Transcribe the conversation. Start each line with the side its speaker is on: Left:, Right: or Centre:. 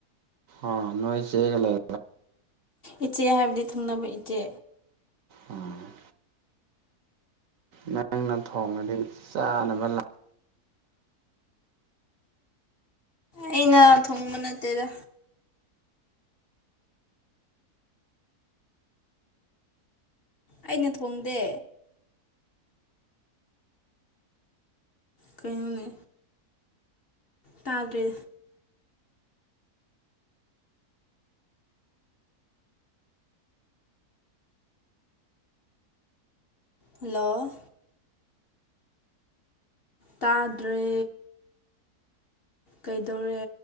Right: ꯑ ꯅꯣꯏ ꯆꯦꯒ ꯂꯩꯦ
Left: ꯏꯆꯦ ꯍꯥꯏꯕꯗꯤ ꯊꯪꯅꯕ ꯏꯆꯦ
Right: ꯎꯝ ꯅꯪꯅ ꯊꯣꯡꯉꯗꯤ ꯆꯥꯅꯕ ꯂꯥꯛ
Left: ꯑꯩꯅ ꯊꯣꯡꯕ ꯅꯠꯇꯦꯗ ꯑꯩꯅ ꯊꯣꯡꯗꯦ ꯀꯩꯅꯅꯦ ꯇꯥꯗ꯭ꯔꯦ ꯍꯜꯂꯣ ꯇꯥꯗ꯭ꯔꯦ ꯀꯩꯗꯧꯔꯦ